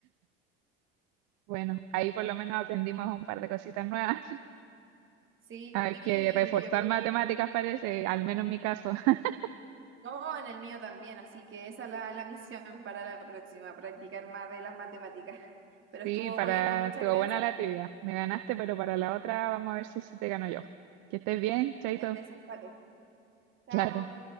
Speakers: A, on the right; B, on the right.
A: Bueno, ahí por lo menos aprendimos un par de cositas nuevas.
B: Sí,
A: <laughs> Hay que reforzar
B: yo creo
A: matemáticas,
B: que...
A: parece, al menos en mi caso. <laughs>
B: No, en el mío también, así que esa es la, la misión para la próxima, practicar más de las matemáticas. <laughs> Pero
A: Sí,
B: estuvo
A: para...
B: bueno, muchas
A: Estuvo
B: gracias.
A: buena la trivia. Me ganaste, pero para la otra vamos a ver si, si te gano yo. Que estés bien, Chaito.
B: El desempate. Chao.
A: Claro.